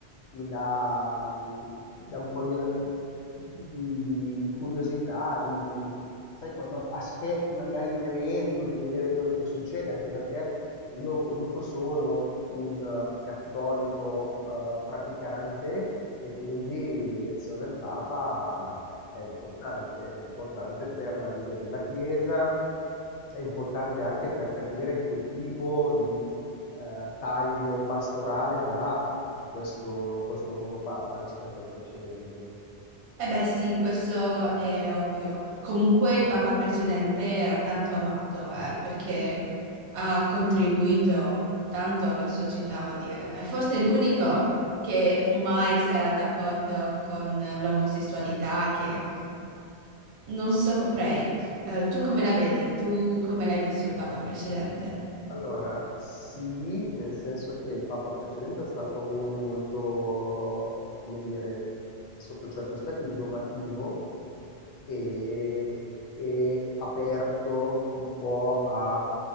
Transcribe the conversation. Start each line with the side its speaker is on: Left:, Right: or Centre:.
Left: mi dà, mhmm, mi dà un po' di, a- di- di- di curiosità, di, di- sai, quando aspetti magari un evento, di vedere quello che succede, anche perché io comunque sono un eh, cattolico, eh, praticante e quindi l'elezione del Papa è importante, è importante per la guida della Chiesa, è importante anche per capire che tipo di eh, taglio pastorale darà questo, questo nuovo Papa rispetto al precedente.
Right: Eh beh sì, questo è ovvio. Comunque il papa precedente era tanto amato, eh, perché ha contribuito tanto alla società odierna. È forse l'unico che mai sarà d'accordo con l'omosessualità, che non saprei. Eh, tu come la vedi? Tu come l'hai visto il papa precedente?
Left: Allora, sì, nel senso che il Papa precedente è stato uno molto, come dire, sotto certi aspetti innovativo, e, e aperto un po' a-